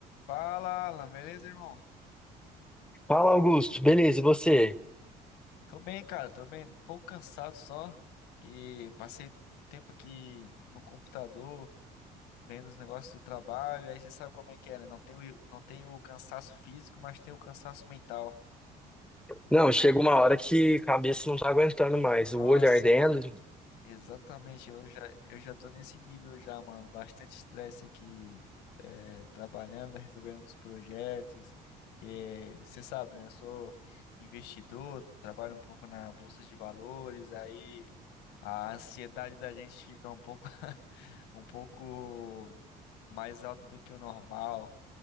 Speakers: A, on the left (about 90°); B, in the centre.
A: Fala, Alan, beleza, irmão?
B: Fala, Augusto. Beleza, e você?
A: Tô bem, cara, tô bem. Um pouco cansado só, que passei muito tempo aqui no computador, vendo os negócios do trabalho. Aí você sabe como é que é, né? Não tem o, não tem o cansaço físico, mas tem o cansaço mental.
B: Não, chega uma hora que a cabeça não tá aguentando mais.
A: Nossa,
B: O olho ardendo.
A: Exatamente, eu já, eu já tô nesse nível já, mano. Bastante estresse aqui, é, trabalhando, <laughs> resolvendo uns projetos. Que você sabe, né? Eu sou investidor, trabalho um pouco na bolsa de valores, aí a ansiedade da gente fica um pouco, <laughs> um pouco mais alta do que o normal.